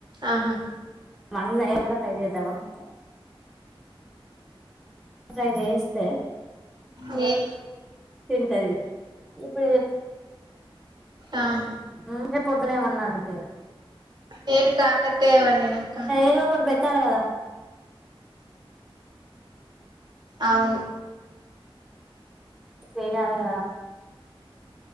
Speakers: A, on the right; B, in the centre.
A: ఆహా
B: మొన్నయి కూడా ఫ్రై చేద్దామనుకుంటాన ఫ్రై చేస్తే
A: లేదు
B: తింటది ఇప్పుడే
A: ఆహ
B: ఉమ్ రేపు పొద్దున ఏమన్న అడుగుత ఇంగ
A: నేను కాకర్కాయ్ వండిన అక్క
B: ఏదో ఒకటి పెట్టాలి కదా
A: అవును
B: చేయ్యాల కదా